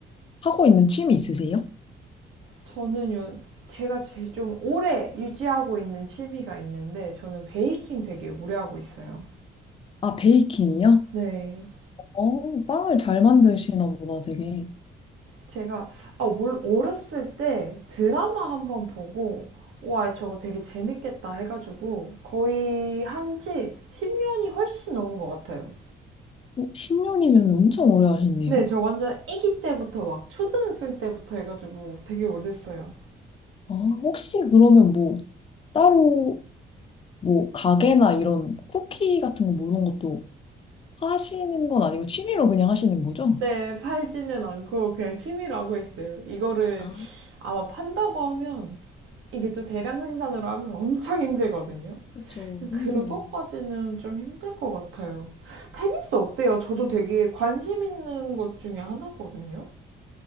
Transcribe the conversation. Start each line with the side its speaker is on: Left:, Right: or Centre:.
Left: 하고 있는 취미 있으세요?
Right: 저는 요, 제가 제 좀 오래 유지하고 있는 취미가 있는데, 저는 베이킹 되게 오래 하고 있어요.
Left: 아, 베이킹이요?
Right: 네.
Left: 어, 빵을 잘 만드시나 보다 되게.
Right: 제가, 아, 뭘, 어렸을 때 드라마 한번 보고, 와, 저거 되게 재밌겠다 해가지고, 거의 한 지 10년이 훨씬 넘은 것 같아요.
Left: 10년이면 엄청 오래 하셨네요.
Right: 네, 저 완전 아기 때부터 막 초등학생 때부터 해가지고 되게 오래됐어요.
Left: 아, 혹시 그러면 뭐 따로 뭐 가게나 이런 쿠키 같은 거뭐 이런 것도 하시는 건 아니고 취미로 그냥 하시는 거죠?
Right: 네, 팔지는 않고 그냥 취미로 하고 있어요. 이거를
Left: 아,
Right: 아마 판다고 하면 이게 또 대량 생산으로 하면 엄청 힘들거든요.
Left: 그쵸. 힘들죠.
Right: 그거까지는 좀 힘들 것 같아요. 테니스 어때요? 저도 되게 관심 있는 것 중에 하나거든요.